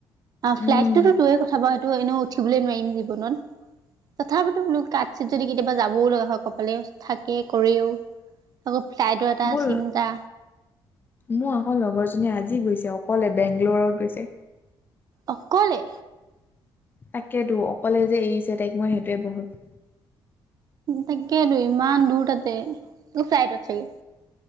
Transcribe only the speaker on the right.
ফ্লাইটটোতো দুয়ে ক থা সেটো এনেও উঠিবলৈ নোৱাৰিম জীৱনত তথাপিতো বোলো কাত। চিত যদি কেতিয়া যাবও লগা হয় কপালে থাকে কৰিও। আকৌ ফ্লাইড এটা
চিন্তা।
অকলে
তাকেইতো ইমান দূৰ তাতে, তোৰ চাইডত চাগে?